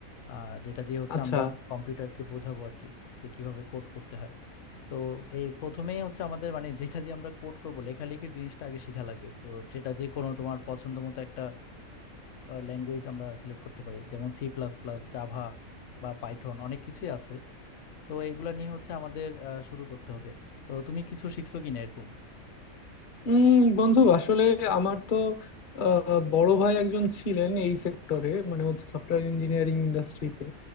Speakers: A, on the left; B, on the left.
A: আহ, যেটা দিয়ে হচ্ছে
B: আচ্ছা
A: আমরা কম্পিউটারকে বোঝাবো আর কি যে কিভাবে কোড করতে হয় তো এই প্রথমেই হচ্ছে আমাদের মানে যেটা দিয়ে আমরা কোড করব লেখালেখি জিনিসটা আগে শেখা লাগবে তো সেটা যে কোনো তোমার পছন্দ মতো একটা ল্যাঙ্গুয়েজ আমরা সিলেক্ট করতে পারি যেমন সি প্লাস প্লাস জাভা বা পাইথন অনেক কিছুই আছে তো এইগুলা নিয়ে হচ্ছে আমাদের আহ, শুরু করতে হবে তো তুমি কিছু শিখছো কিনা এরকম
B: উম বন্ধু আসলে আমার তো আহ, বড় ভাই একজন ছিলেন এই সেক্টরে মানে হচ্ছে সফটওয়্যার ইঞ্জিনিয়ারিং ইন্ডাস্ট্রিতে